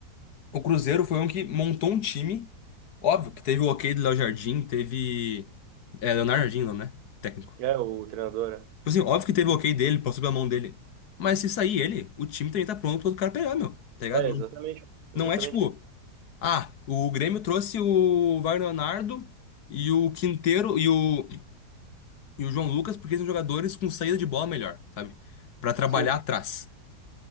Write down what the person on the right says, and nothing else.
É, o treinador, né?
É,
exatamente, exatamente.
Sim,